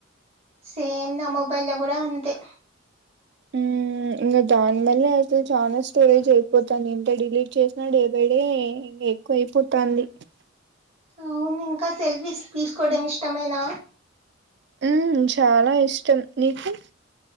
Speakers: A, on the right; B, on the right.
A: సేమ్ నా మొబైల్ లో కూడా అంతే
B: ఉమ్ ఇంకా దానివల్లే అసలు చాలా స్టోరేజ్ అయిపోతుంది ఇంత డిలీట్ చేసినా డే బై డే ఇంకా ఎక్కువ అయిపోతాంది
A: అవును ఇంకా సెల్ఫీస్ తీసుకోవడం ఇష్టమేనా
B: ఉమ్ చాలా ఇష్టం నీకు